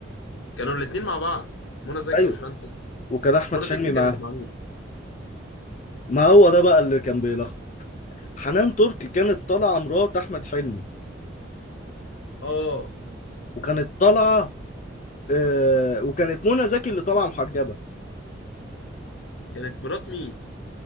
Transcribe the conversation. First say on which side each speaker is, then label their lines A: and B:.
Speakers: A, on the left (about 75°); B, on the left (about 40°).
A: كانوا الاتنين مع بعض منى زكي
B: ايوه
A: وحنان ترك
B: وكان احمد
A: منى
B: حلمي
A: زكي كانت
B: معاه
A: مع مين
B: ما هو ده بقى اللي كان بيلخبط حنان ترك كانت طالعه مرات احمد حلمي
A: اه
B: وكانت طالعه آه... وكانت منى زكي اللي طالعه محجبه
A: كانت مرات مين